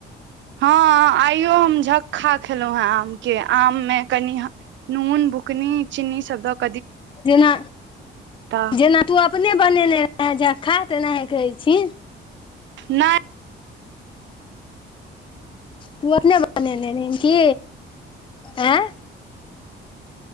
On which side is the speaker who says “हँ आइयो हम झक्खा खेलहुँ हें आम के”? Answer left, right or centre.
Right